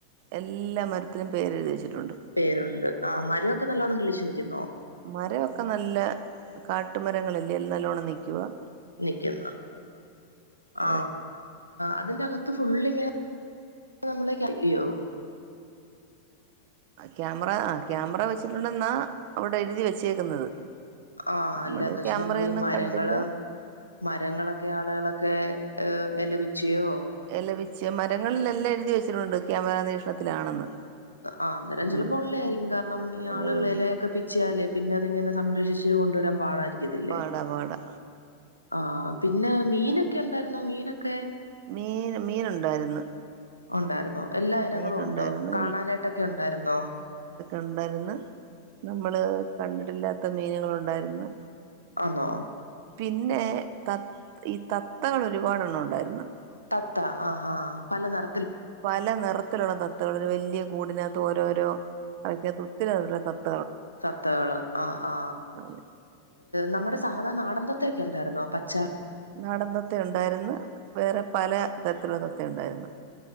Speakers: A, on the right; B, on the left.
A: എല്ലാ മരത്തിനും പേരെഴുതിവച്ചിട്ടുണ്ട്
B: പേരുണ്ട് ആ മരൊക്കെ നല്ലോം കിളിച്ച് നിൽക്കുന്നോ
A: മരൊക്കെ നല്ല കാട്ടുമരങ്ങളല്ലേ നല്ലോണം നിക്കുക
B: നിക്കുന്നു ആ
A: അതെ
B: അതിന്റെകത്ത് ഫുള് ഇങ്ങനെ നമ്മളക്കല്ലിയോ
A: ക്യാമറ ആ ക്യാമറ വെച്ചിട്ടുണ്ടെന്നാ അവിടെ എഴുതി വെച്ചേക്കുന്നത്
B: ആ
A: നമ്മള്
B: അല്ലന്ന് വെച്ചാ
A: ക്യാമറയൊന്നും
B: നമ്മൾ ഈ മരങ്ങള്
A: കണ്ടില്ല
B: മരങ്ങളൊക്കെ ആളുകളൊക്കെ ഏ എലപിച്ചിയോ
A: എല്ല മരങ്ങളിലെല്ലാം എഴുതി വെച്ചിട്ടുണ്ട് ക്യാമറ നിരീക്ഷണത്തിലാണെന്ന്
B: ആ അന്നേരം
A: ഉം
B: ചിലപ്പോ ഉള്ളെ ആയിരിക്കും കാരണം ഈ
A: ഉള്ളതെനി
B: ആളുകൾ എലയൊക്കെ പിച്ചിയാല് പിന്നെ അതിങ്ങനെ സംരക്ഷിച്ച് കൊണ്ടുവരാൻ പാടായിരിക്കും
A: പാടാ പാടാ
B: ആ പിന്നെ മീനൊക്കെ ഉണ്ടായിരുന്നോ മീനൊക്കെ
A: മീൻ മീനുണ്ടായിരുന്നു
B: ഉണ്ടായിരുന്നോ എല്ലാ ഇനങ്ങളും
A: മീനുണ്ടായിരുന്നു
B: ഒണ്ടോ കാണാനായിട്ടൊക്കൊണ്ടായിരന്നോ
A: ഒണ്ടായിരുന്ന് നമ്മള് കണ്ടിട്ടില്ലാത്ത മീനുകളുണ്ടായിരുന്നു
B: ആന്നോ
A: പിന്നെ ത ഈ തത്തകള് ഒരുപാട്ണ്ണം ഒണ്ടായിരുന്നു
B: തത്ത ആ ആ പല നെറ
A: പല നിറത്തിലുള്ള തത്തകൾ ഒരു വല്യ കൂടിനകത്ത് ഓരോരോ <unintelligible> ഒത്തിരി <unintelligible>
B: തത്തകള് ആ ആ
A: അതെ
B: നമ്മുടെ സാധാ നാടൻ ത ത്തെക്കെ ണ്ടായിരുന്നോ പച്ച
A: നാടന്തത്ത ഒണ്ടായിരുന്നു വേറെ പല തരത്തിലുള്ള തത്ത ഒണ്ടായിരുന്നു